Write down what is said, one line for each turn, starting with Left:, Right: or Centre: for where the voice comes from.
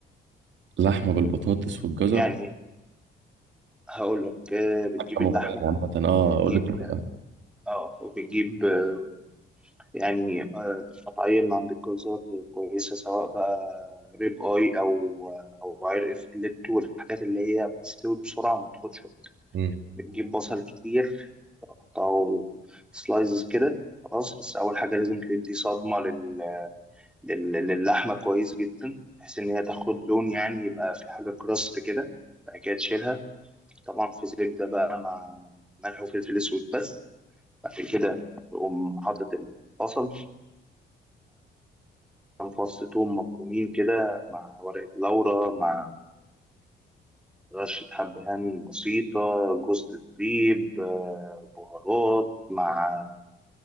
Right: لحمه بالبطاطس والجزر
Centre: يعني هقول لك آه، بتجيب
Right: اكله
Centre: اللحمة
Right: مغريه <laughs> عامه
Centre: وبتجيب
Right: اه قول لي بتعمل
Centre: اه وبتجيب آه، يعني آه، قطعية من عند الجزار كويسة سواء بقى ريب اي او آه، او عرق فيليتو والحاجات اللي هي بتستوي بسرعة وما بتاخدش وقت.
Right: مم.
Centre: بتجيب بصل كتير تقطعه سلايزز كده خلاص بس أول حاجة لازم تدي صدمة لل لل- للحمة كويس جدا بحيث إن هي تاخد لون يعني يبقى في حاجة كراست كده بعد كده تشيلها طبعا في زبدة بقى مع ملح وفلفل أسود بس بعد كده تقوم حاطط البصل كام فص توم مفرومين كده مع ورقة لورا مع رشة حبهان بسيطة جوز الطيب آه، بهارات مع